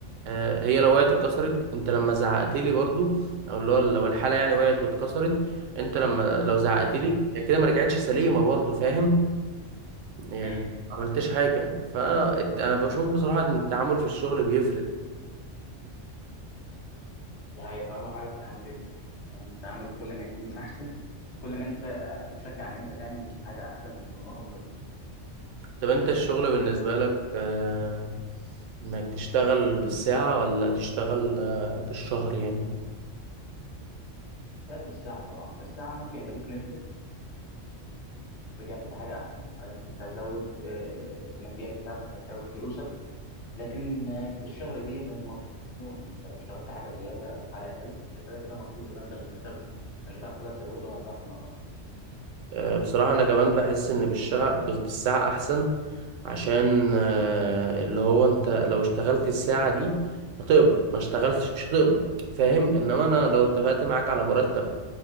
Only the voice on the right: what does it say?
آه، هي لو وقعت اتكسرت انت لما زعقت لي برضو او اللي هو لو الحاله يعني وقعت واتكسرت انت لما لو زعقت
لي هي كده ما رجعتش سليمه برضو فاهم يعني
ما عملتش حاجه فانا بشوف بصراحه ان التعامل في الشغل بيفرق
طب انت الشغل بالنسبه لك آه، انك تشتغل بالساعه ولا تشتغل آه، بالشهر يعني
آه، بصراحة أنا كمان بحس إن بالشغ- بال- بالساعة أحسن عشان آه، اللي هو أنت لو اشتغلت الساعة دي هتقبض ما اشتغلتش مش هتقبض فاهم إنما أنا لو اتفقت معاك على مرتب